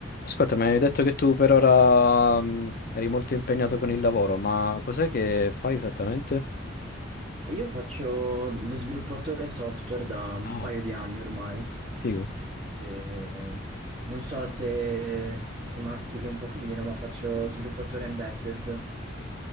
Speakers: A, on the left (about 50°); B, on the right (about 30°).
A: Ascolta, mi hai detto che tu per ora mh, eri molto impegnato con il lavoro, ma cos'è che fai esattamente?
B: Io faccio lo sviluppatore software da un
A: Ah,
B: paio di anni ormai.
A: figo.
B: e non so se, se mastichi un pochino, ma faccio sviluppatore embedded.